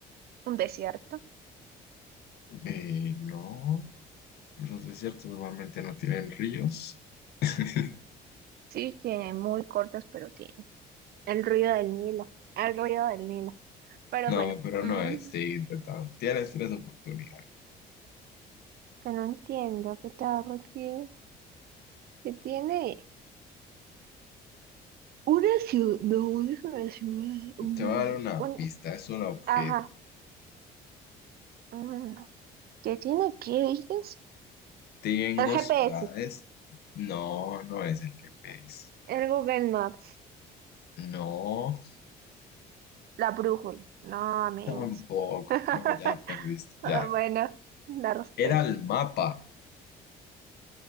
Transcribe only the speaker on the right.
un desierto.
Sí, tiene muy cortos, pero tiene el ruido del Nilo, el ruido del Nilo. Pero
bueno,
mm,
que no entiendo a qué te refieres, que tiene una ciudad, no es una ciudad, mm,
un-
ajá, mm, ¿qué tiene? ¿Qué dices?
El GPS,
el Google Maps,
la brújula, no, menos.
<laughs>
Ah, Bueno, la respuesta.